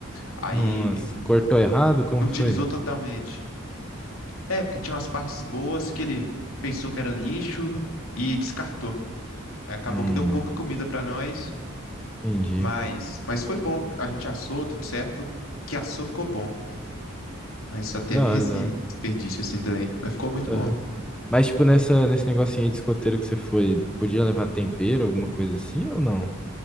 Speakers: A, on the left; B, in the centre.
A: Aí
B: nossa, cortou errado? Como
A: não
B: que
A: utilizou
B: foi?
A: totalmente. É, porque tinha umas partes boas que ele pensou que era lixo e descartou. Aí Acabou
B: Hum,
A: que deu pouca comida pra nós,
B: entendi.
A: mas, mas foi bom. A gente assou, tudo certo. O que assou ficou bom, mas só teve
B: Da
A: <laughs>
B: hora,
A: esse
B: da hora.
A: desperdício assim também. Mas ficou muito
B: Aham.
A: bom.
B: Mas, tipo, nessa, nesse negocinho aí de escoteiro que você foi, podia levar tempero, alguma coisa assim ou não?